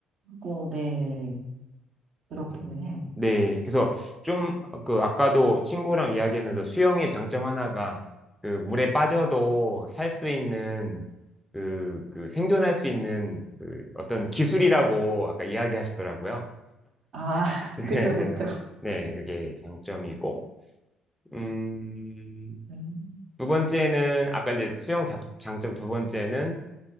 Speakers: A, on the right; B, in the centre.
A: 하고, 네, 그렇기는
B: 네.
A: 해요.
B: 네, 그래서 좀 그 아까도 친구랑 이야기하면서 수영의 장점 하나가 그 물에 빠져도 살 수 있는 그, 그 생존할 수 있는 그 어떤 기술이라고 아까 이야기하시더라고요.
A: 아,
B: <laughs> 네,
A: <laughs> 그쵸, 그쵸.
B: 그래서 네, 그게 장점이고 음,
A: 음,
B: 두 번째는 아까 이제 수영 자- 장점 두 번째는